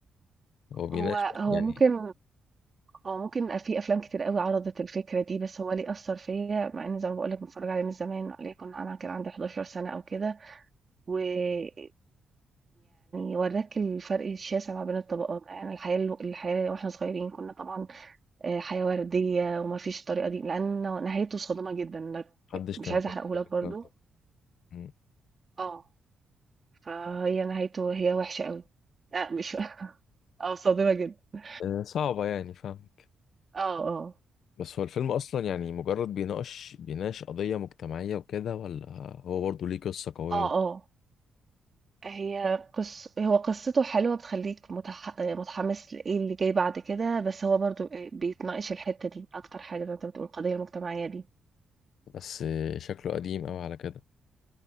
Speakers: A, on the left; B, on the right.
A: هو بيناقش
B: هو
A: بقى،
B: هو
A: يعني
B: ممكن اه ممكن في افلام كتير قوي عرضت الفكره دي بس هو ليه اثر فيا مع ان زي ما بقول لك متفرج عليه من زمان ليكن انا كان عندي 11 سنه او كده ويعني وراك الفرق الشاسع ما بين الطبقات يعني الحياه الحياه واحنا صغيرين كنا طبعا آه، حياه ورديه وما فيش الطريقه دي لان نهايته صادمه جدا لك
A: محدش
B: مش
A: كان
B: عايزه
A: فاهم
B: احرقه
A: قبل
B: لك
A: الكلام
B: برضو
A: ده مم.
B: اه فهي نهايته هي وحشه قوي لا مش <laughs> اه صادمه جدا
A: آه، صعبة يعني فاهمك
B: اه اه
A: بس هو الفيلم أصلا يعني مجرد بيناقش بيناقش قضية مجتمعية وكده ولا هو برضه ليه قصة قوية
B: اه اه هي قص... هو قصته حلوة بتخليك متح... متحمس لإيه اللي جاي بعد كده بس هو برضو بيتناقش الحتة دي أكتر حاجة زي ما أنت بتقول القضية المجتمعية دي
A: بس آه، شكله قديم أوي على كده